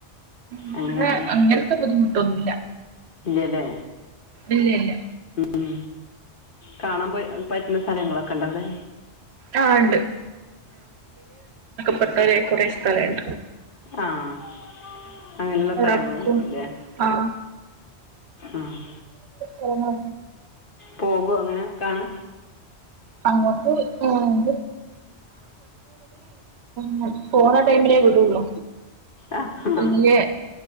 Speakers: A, on the right; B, on the left.
A: ഇവടെ
B: അങ്ങനെയൊക്കെ
A: അങ്ങനത്തെ ബുദ്ധിമുട്ടൊന്നും ഇല്ല
B: ഇല്ലാലെ
A: ഇല്ല്യ ഇല്യ
B: ഉം കാണാൻ പ പറ്റുന്ന സ്ഥലങ്ങള ഇണ്ടാവടെ
A: ആ ഇണ്ട് <unintelligible> ഹ്ഹ്ഹ്
B: ആഹ് അതിനുള്ള സ്ഥലങ്ങള്
A: റബ്ക്കും
B: ഉണ്ടാവുല്ലേ
A: ആഹ്
B: ആഹ്
A: യഹ്ഹ്
B: പോകോ അങ്ങനെ കാണാ
A: മോൾക്ക് ഉം <unintelligible> പോന്ന ടൈമിലെ വിടുള്ളു
B: ആ ആ
A: പിന്നെല്യേ